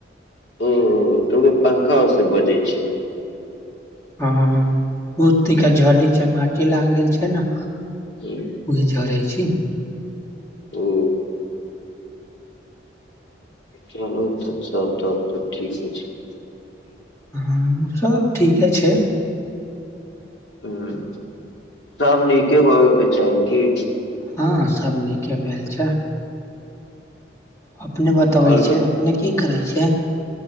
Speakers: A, on the left (about 75°); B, on the left (about 15°).
A: ओ तो ग्प खाव से बजै छै।
B: हँ बहुत झड़ै छै माटी लाग गेल छै ने
A: हुं
B: ओ झड़ै छै। तीन।
A: ओ। चलो तऽ ताप ताप तऽ ठीके छै <inaudible>
B: ह। <inaudible> सब ठीके छै।
A: हँ। सब नीके होवे के चाही की।
B: हँ सब नीके भेल छै। अपने बतबै
A: और
B: छय
A: ब
B: अपने की करै छै।